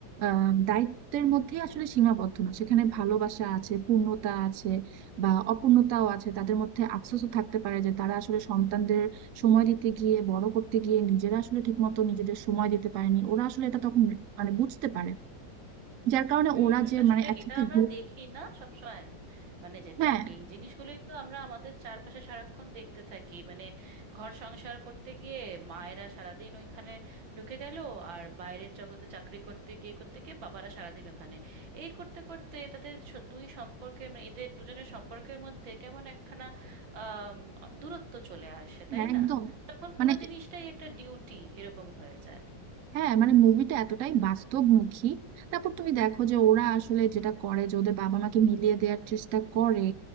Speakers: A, on the right; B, on the right.
A: আহ দায়িত্বের মধ্যেই আসলে সীমাবদ্ধ না সেখানে ভালোবাসা আছে পূর্ণতা আছে বা অপূর্ণতাও আছে তাদের মধ্যে আফসোসও থাকতে পারে যে তারা আসলে সন্তানদের সময় দিতে গিয়ে বড় করতে গিয়ে নিজেরা আসলে ঠিকমতো নিজেদের সময় দিতে পারেনি ওরা আসলে এটা তখন মানে বুঝতে পারে যার কারণে
B: হুম
A: ওরা যে
B: আসলে
A: মানে একসাথে
B: এটা আমরা
A: গ্রুপ
B: দেখি না সবসময় মানে যেটা
A: হ্যাঁ
B: এই জিনিসগুলোই তো আমরা আমাদের চারপাশে সারাক্ষণ দেখতে থাকি মানে ঘর সংসার করতে গিয়ে মায়েরা সারাদিন ওইখানে ঢুকে গেল আর বাইরের জগতে চাকরি করতে গিয়ে করতে গিয়ে বাবারা সারাদিন ওখানে এই করতে করতে তাদের স- দুই সম্পর্কে মানে এদের দুজনের সম্পর্কের মধ্যে কেমন একখানা আম, দূরত্ব চলে আসে তাই
A: হ্যাঁ একদম
B: না তখন
A: মানে
B: পুরো জিনিসটাই একটা ডিউটি এরকম হয়ে যায়
A: হ্যাঁ মানে মুভিটা এতটাই বাস্তবমুখী তারপর তুমি দেখো যে ওরা আসলে যেটা করে যে ওদের বাবা মাকে মিলিয়ে দেওয়ার চেষ্টা করে